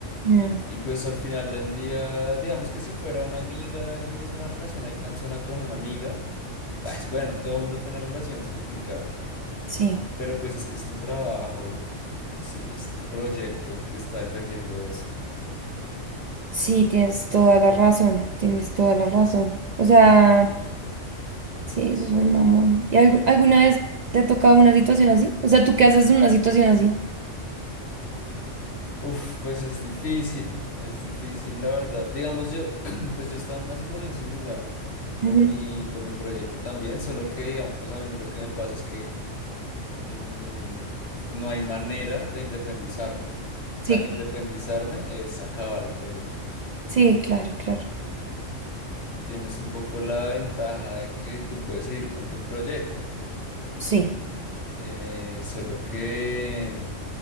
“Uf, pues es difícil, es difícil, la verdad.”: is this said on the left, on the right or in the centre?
Left